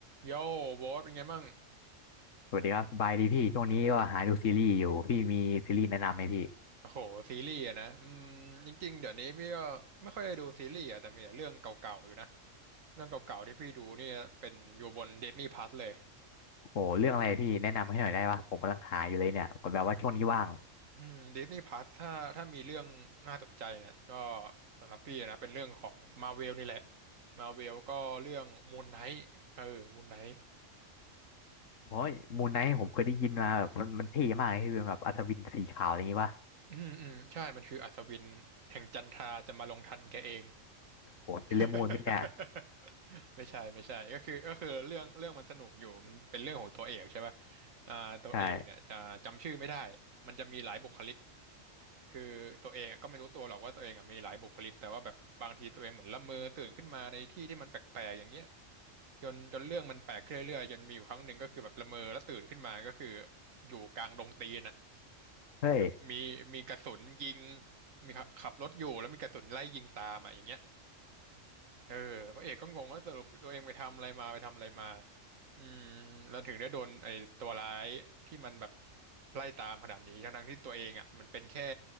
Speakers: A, on the right (about 85°); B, on the left (about 75°).
A: โย่โบสเป็นไงบ้าง
B: สวัสดีครับสบายดีพี่ช่วงนี้ก็หาดูซีรีส์อยู่พี่มีซีรีส์แนะนำไหมพี่
A: โอ้โหซีรีส์อะนะอืมจริงๆเดี๋ยวนี้พี่ก็ไม่ค่อยได้ดูซีรีส์อะแต่มีแต่เรื่องเก่าๆอยู่นะเรื่องเก่าๆที่พี่ดูเนี่ยเป็นอยู่บน Disney Plus เลย
B: โอ้เรื่องอะไรพี่แนะนำให้หน่อยได้ปะผมกำลังหาอยู่เลยเนี่ยแบบว่าช่วงนี้ว่าง
A: อืม Disney Plus ถ้าถ้ามีเรื่องน่าสนใจเนี่ยก็สำหรับพี่นะเป็นเรื่องของ Marvel นี่แหละ Marvel ก็เรื่อง Moon Knight เออ Moon Knight
B: โอ้ยมูนไนท์ผมเคยได้ยินมาแบบมันมันเท่มากเลยคือเป็นแบบอัศวินสีขาวอะไรอย่างงี้ปะ
A: อืมอืมใช่มันคืออัศวินแห่งจันทราจะมาลงทันแกเอง
B: โอ้เป็นเรื่องมูนไหมเนี่ย
A: <laughs> ไม่ใช่ไม่ใช่ก็คือก็คือเรื่องเรื่องมันสนุกอยู่มันเป็นเรื่องของตัวเอกใช่ป่ะอ่าตัวเอกเนี่ยจะจำชื่อไม่ได้มันจะมีหลายบุคลิก
B: ใช่
A: คือตัวเองอะก็ไม่รู้ตัวหรอกว่าตัวเองอะมีหลายบุคลิกแต่ว่าแบบบางทีตัวเองเหมือนละเมอตื่นขึ้นมาในที่ที่มันแปลกๆอย่างเงี้ยจนจนเรื่องมันแปลกขึ้นเรื่อยๆจนมีอยู่ครั้งหนึ่งก็คือแบบละเมอแล้วตื่นขึ้นมาก็คืออยู่กลางดงตีนอ่ะ
B: เฮ้ย
A: แบบมีมีกระสุนยิงมีขับขับรถอยู่แล้วมีกระสุนไล่ยิงตามอ่ะอย่างเงี้ย เออพระเอกก็งงว่าสรุปตัวเองไปทำอะไรมาไปทำอะไรมาอืมแล้วถึงได้โดนไอ้ตัวร้ายที่มันแบบไล่ตามขนาดนี้ทั้งๆที่ตัวเองอ่ะมันเป็นแค่